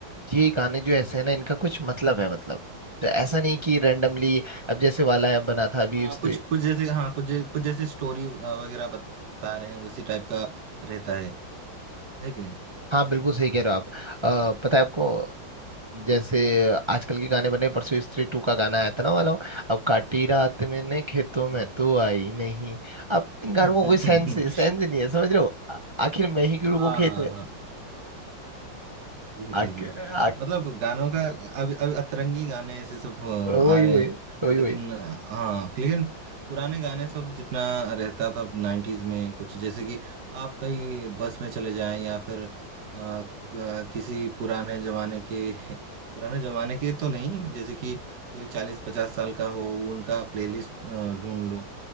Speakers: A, on the right (about 30°); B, on the right (about 55°).
A: ये गाने जो ऐसे हैं ना इनका कुछ मतलब है मतलब तो ऐसा नहीं कि रैंडमली अब जैसे वाला बना था अभी
B: हाँ
A: उसने
B: कुछ कुछ जैसे हाँ कुछ जै- कुछ जैसी स्टोरी वगैरह बता रहे हैं उसी टाइप का रहता है है कि नहीं
A: हाँ बिल्कुल सही कह रहे हो आप अ, पता है आपको जैसे आजकल के गाने बने परसों स्त्री टू का गाना आया था ना वाला अब काटी रात मैंने खेतों
B: हाँ
A: में तू आई नहीं अब इन गानों
B: <laughs>
A: का कोई सेंस सेंस नहीं है समझ रहे हो आ- आखिर मैं ही क्यों
B: हाँ
A: रुकू खेत
B: हाँ
A: में
B: हाँ जी
A: आखिर
B: जी जी
A: आ,
B: मतलब गानों का अब अब अतरंगी गाने ऐसे सब
A: वही
B: अ, आ रहे
A: वही
B: हैं
A: वही
B: लेकिन
A: वही
B: अ, हाँ लेकिन पुराने गाने सब जितना रहता था नाइन्टीज में कुछ जैसे कि आप कहीं बस में चले जाएं या फिर अ, क- किसी पुराने जमाने के <laughs> पुराने जमाने के तो नहीं जैसे कि कोई चालीस पचास साल का हो उनका प्लेलिस्ट ढूंढ लो